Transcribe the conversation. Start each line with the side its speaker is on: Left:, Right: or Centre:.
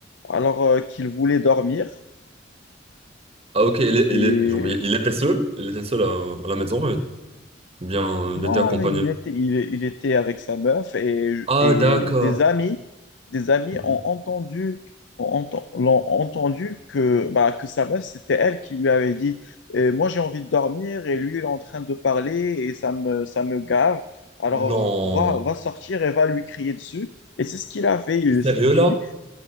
Left: alors euh, qu'il voulait dormir.
Right: Ah ok, il, est-
Left: Et
Right: il, est- genre, il il était seul, il était seul à, à la maison, et bien, euh,
Left: Non,
Right: il était accompagné.
Left: il était, il, il était avec sa meuf et,
Right: Ah
Left: et
Right: d'accord.
Left: des amis, des amis
Right: Mhm.
Left: ont entendu, ont enten- l'ont entendu que, bah, que sa meuf, c'était elle qui lui avait dit, Euh, moi j'ai envie de dormir et lui il est en train de parler et ça me, ça me gave. Alors
Right: Non.
Left: va, va sortir et va lui crier dessus. Et c'est ce qu'il a fait. Il
Right: T'es sérieux
Left: est sorti
Right: là?